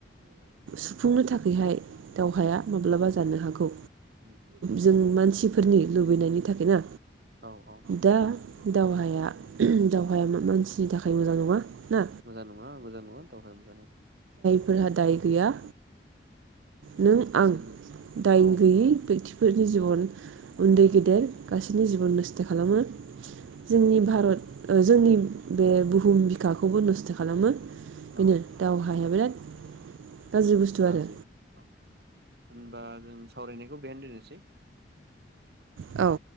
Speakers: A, on the right (about 85°); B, on the right (about 55°).
A: सुफुंनो थाखैहाय दावहाया माब्लाबा जानो हागौ
B: उम,
A: जों मानसिफोरनि लुबैनायनि थाखाय ना
B: औ औ
A: दा दावहाया दावहाया मानसिनि थाखाय मोजां नङा ना
B: मोजां नङा मोजां नङा दावहाया मोजां नङा
A: फोरहा दाय गैया नों
B: बिसोर
A: आं दाय
B: औ
A: गैयै बेकथि फोरनि जिबन उन्दै गेदेर गासैनि जिबन नस्थो खालामो जोंनि भारत ओ जोंनि बे बुहुम बिखाखौबो नस्थो खालामो
B: औ
A: बेनो दाउ हाया बिराद गाज्रि बुस्थु
B: गाज्रि
A: आरो
B: औ होनबा जों सावरायनायखौ बेहायनो दोननोसै
A: औ